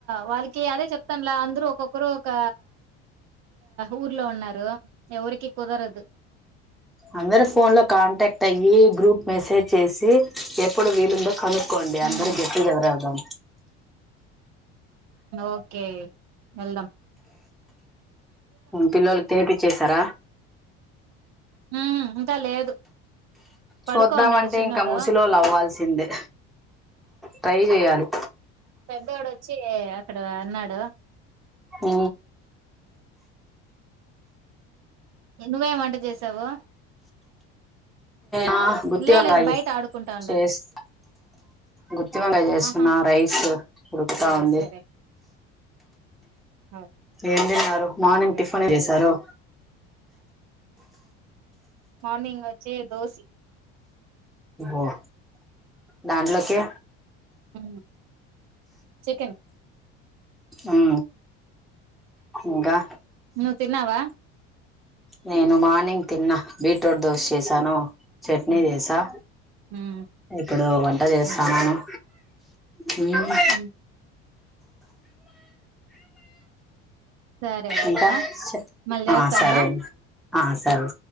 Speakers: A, on the right; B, in the centre.
A: వాళ్ళకి అదే చెప్తానులా అందరుూ ఒక్కొక్కరు ఒక ఊర్లో ఉన్నారు ఎవరికి కుదరదు
B: అందరు ఫోన్ లో కాంటాక్ట్ అయ్యి గ్రూప్ మెసేజ్ చేసి ఎప్పుడు వీలుందో కనుక్ కోండి
A: హ్మ్
B: అందరూ గెట్ టుగెదర్ అవుదాం
A: ఒకే వెల్దం
B: పిల్లల్ తోటి చేసార
A: హ్మ్ ఇంక లేదు పడుకోనాడు
B: చూద్దామంటే
A: చిన్నోడు
B: ఇంకా ముసిలోళ్ళు అవ్వాల్సిందే ట్రై చేయాలి
A: పెద్దోడు వచ్చి అక్కడ వున్నాడు కదా
B: ఊ
A: నువ్వ ఏ వంట చేసావు
B: ఆ గుత్తి
A: లే
B: వంకాయి
A: లేదు బయట ఆడుకుంటా అన్నాడు
B: చేసి గుత్తి వంకాయ చేస్తున్నా
A: ఆహా
B: రైస్ ఉడుకుతా
A: సరే
B: ఉంది
A: సరే ఆ
B: ఏం తిన్నారు మార్నింగ్
A: సరే
B: టిఫిన్
A: సరే
B: చేసారు
A: అడుగుతా మార్నింగ్ వచ్చి దోశీ
B: ఓ దాండ్లోకే
A: ఊ చికెన్
B: ఊ ఇంకా
A: నువ్వు తిన్నావా
B: నేను మార్నింగ్ తిన్నా బీట్రూట్ దోశ చేసాను చట్నీ
A: హ్మ్
B: చేసా
A: హ్మ్.
B: ఇప్పుడు వంట చేస్తాన్నాను
A: ఓకే
B: హ అమ్మ
A: హ్మ్. సరే
B: ఇంకా
A: అత్త
B: చె
A: మళ్ళీ చేస్తాను
B: ఆ సరే ఆ సరే